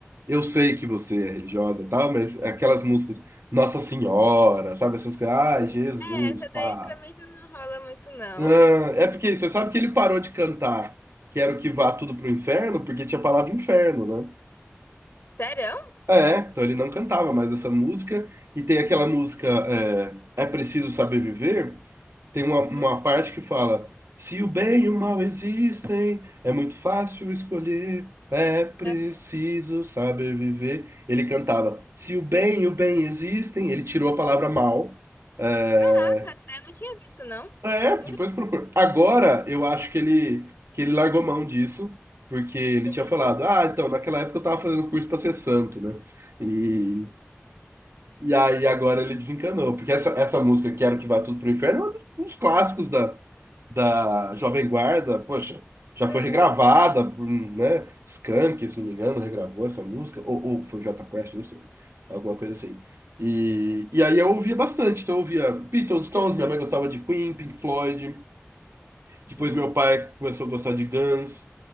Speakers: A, on the right; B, on the left.
A: Eu sei que você é religiosa e tal, mas aquelas músicas Nossa Senhora, sabe? Essas coisas. Ai, Jesus,
B: É, essa
A: pá.
B: daí pra mim já não rola muito, não.
A: Ah, é porque você sabe que ele parou de cantar Quero que vá tudo pro inferno, porque tinha a palavra inferno, né?
B: Sério?
A: É, então ele não cantava mais essa música. E tem aquela música é, É Preciso Saber Viver Tem uma, uma
B: Hum,
A: parte que fala: se o bem e o mal existem, é muito fácil escolher, é preciso
B: aham.
A: saber viver. Ele cantava: se o bem e o bem existem, ele tirou a palavra mal. É,
B: Caraca, essa daí eu não tinha visto, não.
A: é,
B: Nunca.
A: depois procura. Agora eu acho que ele, que ele largou mão disso, porque ele
B: Uhum.
A: tinha falado: ah, então naquela época eu tava fazendo curso pra ser santo, né? E, e aí agora ele desencanou, porque essa, essa música, Quero que Vá Tudo pro Inferno, é um dos clássicos da da Jovem Guarda, poxa, já
B: Aham.
A: foi regravada, né? Skank, se não me engano, regravou essa música, ou, ou foi Jota Quest, não sei, alguma coisa assim. E, e aí eu ouvia bastante, então eu ouvia Beatles, Stones, minha mãe gostava de Queen, Pink Floyd,
B: Gente.
A: depois meu pai começou a gostar de Guns,